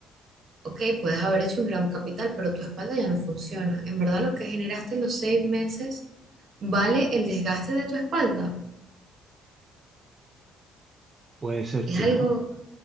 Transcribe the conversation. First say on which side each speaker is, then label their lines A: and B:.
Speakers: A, on the right; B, on the right.
A: Ok, puedes haber hecho un gran capital, pero tu espalda ya no funciona. En verdad, lo que generaste en los seis meses vale el desgaste de tu espalda.
B: Puede ser
A: Es
B: que
A: algo
B: no,